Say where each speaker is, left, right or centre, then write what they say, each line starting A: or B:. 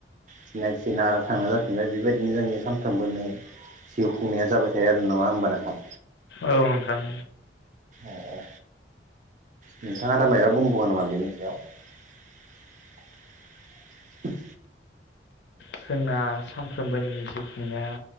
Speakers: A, on the right (about 40°); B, on the left (about 70°).
A: जिनायखिनार थांनो जाफिनबाय बेबायदिनो जोंनि सानफ्रोमबोनो जिउ खुंनाया जाबाय थायो आरो नङा होमबा नोंथां।
B: औ नोंथां।
A: अअ। नोंथाङा दामाया ब'म्ब आ नं आ बिनि सायाव उम।
B: जोंना सानफ्रोमबोनि जिउ खुंनाया